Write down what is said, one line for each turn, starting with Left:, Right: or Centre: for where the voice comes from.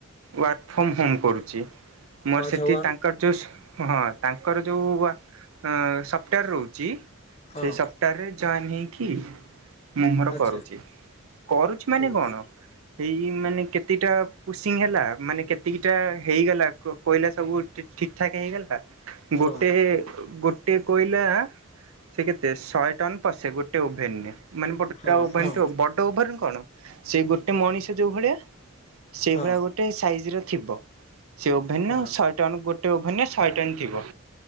Right: ୱାର୍କ ଫ୍ରମ ହୋମ କରୁଚି। ମୋର
Left: ଓ ଆଚ୍ଛା
Right: ସେଠି
Left: ୱାର
Right: ତାଙ୍କ କଚୋସ ହିଁ ତାଙ୍କର ଯୋଉ ଉଆ ଅ ତାଙ୍କର ସଫ୍ଟାର ରହୁଚି
Left: ହଁ
Right: ସେଇ ସପ୍ତାହରେ ଜଏନ ହେଇକି ମୁଁ ମୋର
Left: ଆଚ୍ଛା
Right: କରୁଚି କରୁଚି ନେ
Left: ଓହୋ
Right: କଣ ଏଇ ମାନେ କେତଟା ପୁସିଂ ହେଲା ମାନେ କେତିକିଟା ହେଇଗଲା କୋ କୋଇଲା ସବୁ ଠିକ୍ ଠାକ ହେଇଗଲା
Left: ହଁ
Right: ଗୋଟେ ଗୋ ଟେ କୋଇଲା ସେ କେତେ ଶଏ ଟନ ପଶେ ଗୋଟେ ଓଭେରେ। ମାନେ ବଡଟା
Left: ହଁ
Right: ଓଭେନ୍
Left: ହଁ
Right: ଠୁ ବଡ ଓଭେନ କଣ ସେଇ ଗୋଟେ ମଣିଷ ଯୋଉ ଭଳିଆ ସେଇଭଳିଆ
Left: ହଁ
Right: ଗୋଟେ ସାଇଜ ର ଥିବ ସେ ଓଭେନ
Left: ହଁ
Right: ସ ଟନ୍ ଗୋଟେ ଓଭେନ୍ ଶହେ ଟନ ଥିବ